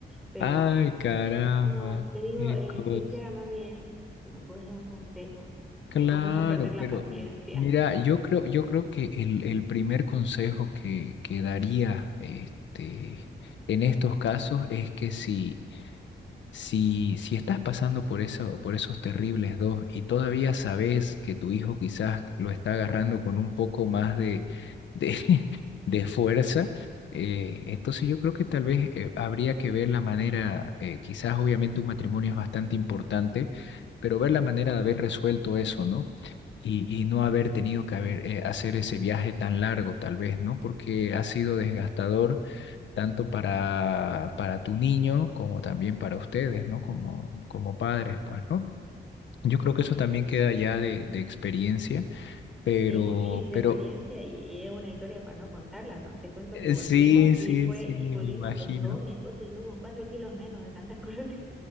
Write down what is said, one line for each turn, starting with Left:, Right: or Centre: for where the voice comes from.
Centre: pero
Left: ay, caramba,
Centre: no, te digo,
Left: qué
Centre: eh,
Left: cosa.
Centre: quisiera más bien, si me puedes dar un consejo
Left: Claro,
Centre: de cómo no perder la
Left: pero
Centre: paciencia.
Left: mira, yo creo, yo creo que el, el primer consejo que, que daría este, en estos casos es que si si, si estás pasando por eso, por esos terribles dos y todavía sabes que tu hijo quizás lo está agarrando con un poco más de, de, <laughs> de fuerza, eh, entonces yo creo que tal vez eh, habría que ver la manera, eh, quizás obviamente un matrimonio es bastante importante, pero ver la manera de haber resuelto eso, ¿no? Y, y no haber tenido que haber, eh, hacer ese viaje tan largo, tal vez, ¿no? Porque ha sido desgastador tanto para, para tu niño como también para ustedes, ¿no? Como, como padres, pues, ¿no? Yo creo que eso
Centre: Sí.
Left: también queda ya de, de experiencia, pero,
Centre: Y, mo- y de
Left: pero
Centre: experiencia, y, y es una historia para no contarla, ¿no? Te cuento
Left: eh,
Centre: que volvimos
Left: sí,
Centre: y
Left: sí,
Centre: fue,
Left: sí,
Centre: volvimos
Left: me imagino.
Centre: los dos, mi esposo y yo, con cuatro kilos menos de tantas correteas.